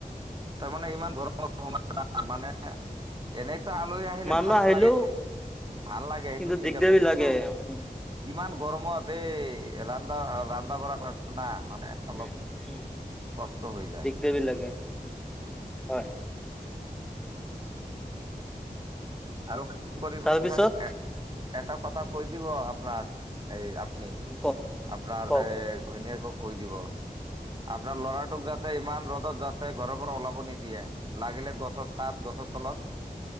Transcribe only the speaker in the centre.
মানুহ
আহিলেও
কিন্তু
দিগদাৰি
লাগে। উম,
উম, উম,
দিগদাৰি লাগে
হয়।
তাৰপিছত
কওক
কওক